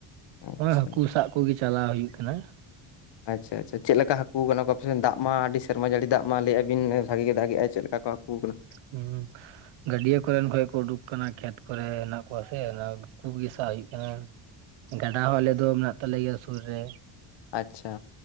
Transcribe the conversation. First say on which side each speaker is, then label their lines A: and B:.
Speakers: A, on the left; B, on the right.
A: ᱟᱪᱪᱷᱟ
B: ᱚᱱᱮ ᱦᱟᱹᱠᱩ ᱥᱟᱵ ᱾ ᱠᱩ ᱜᱮ ᱪᱟᱞᱟᱣ ᱦᱩᱭᱩᱜ ᱠᱟᱱᱟ᱾
A: ᱟᱪᱪᱷᱟ ᱟᱪᱪᱷᱟ ᱪᱮᱫ ᱞᱮᱠᱟ ᱦᱟᱹᱠᱩ ᱟᱠᱟᱱᱟ ᱠᱚ ᱟᱯᱮ ᱥᱮᱱ ᱫᱟᱜ ᱢᱟ ᱟᱹᱰᱤ ᱥᱮᱨᱢᱟ ᱡᱟᱹᱲᱤ ᱫᱟᱜ ᱢᱟ ᱞᱟᱹᱭᱮᱜᱼᱟ ᱵᱤᱱ ᱵᱷᱟᱹᱜᱤ ᱜᱮ ᱫᱟᱜᱮᱜ ᱟᱭ ᱪᱮᱫ ᱞᱮᱠᱟ ᱠᱚ ᱦᱟᱹᱠᱩ ᱠᱟᱱᱟ?
B: ᱦᱩᱸ ᱜᱟᱹᱰᱤᱭᱟᱹ ᱠᱚᱨᱮᱱ ᱠᱷᱚᱭ ᱠᱚ ᱩᱰᱩᱠ ᱟᱠᱟᱱᱟ ᱠᱷᱮᱛ ᱠᱚᱨᱮ ᱦᱮᱱᱟᱜ ᱠᱚᱣᱟ ᱥᱮ ᱩᱱᱠᱩᱜᱮ ᱥᱟᱵ ᱦᱩᱭᱩᱜ ᱠᱟᱱᱟ ᱜᱟᱰᱟ ᱦᱚᱸ ᱟᱞᱮ ᱫᱚ ᱢᱮᱱᱟᱜ ᱛᱟᱞᱮ ᱜᱮᱭᱟ ᱥᱩᱨ ᱨᱮ᱾
A: ᱟᱪᱪᱷᱟ